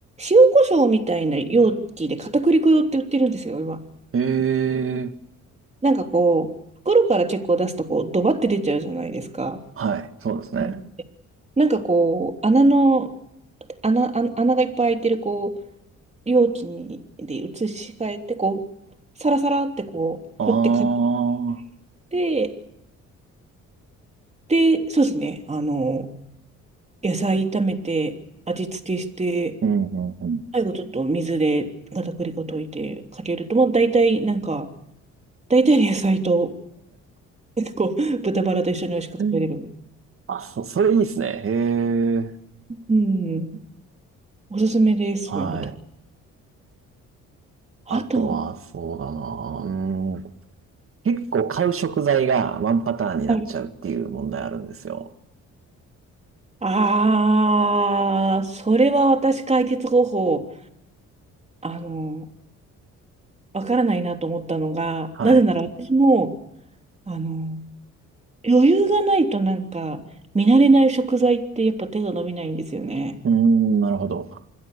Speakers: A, on the right; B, on the right.
A: 塩コショウみたいな容器で片栗粉用って売ってるんですよ、今。
B: へえ。
A: なんかこう、袋から結構出すとこう、ドバって出ちゃうじゃないですか。
B: はい。そうですね。
A: うんなんかこう、穴の、穴、あ穴がいっぱい開いてるこう、容器にで移し替えて、こう、サラサラってこう、
B: ああ。
A: 振ってかけて、で、そうですね、あの、野菜炒めて、味付けして、
B: うんうん
A: 最後ちょっと水で片栗粉溶いてかけると、もう大体なんか、大体の野菜と、結構豚バラと一緒に美味しく食べれるみたい。
B: うん。<laughs> あ、そ、それいいですね。へえ。
A: うん。おすすめです、
B: はい。
A: そういうのと。あと、
B: あとは、そうだな。うん。結構買う食材がワンパターンになっちゃうっていう問題あるんですよ。
A: はい。ああ、それは私解決方法、あの、わからないなと思ったのが、
B: はい。
A: なぜなら私も、あの、余裕がないとなんか、見慣れない食材ってやっぱ手が伸びないんですよね。
B: うーん、なるほど。